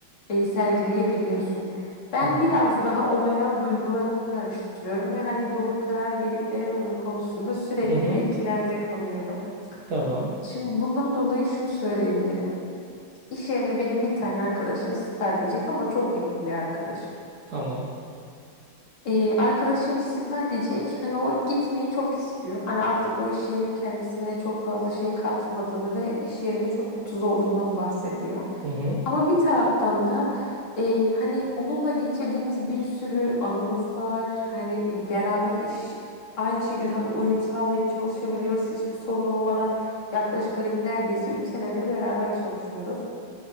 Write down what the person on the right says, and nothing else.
Hı hı.
Hı hı.
Tamam.
Tamam.
Hı hı.